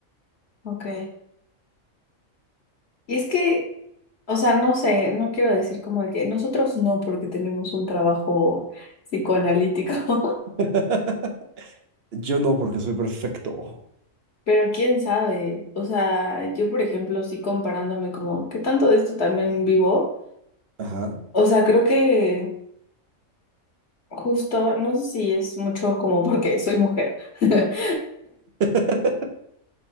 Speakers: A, on the left (about 55°); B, on the right (about 55°).
A: Ok. Y es que O sea, no sé, no quiero decir como de que nosotros no, porque tenemos un trabajo psicoanalítico,
B: <laughs> Yo no, porque soy perfecto.
A: <laughs> pero quién sabe. O sea, yo, por ejemplo, sí comparándome como, ¿qué tanto de esto también vivo?
B: Ajá,
A: O sea, creo que justo, no sé si es mucho como porque soy mujer, <laughs>
B: <laughs>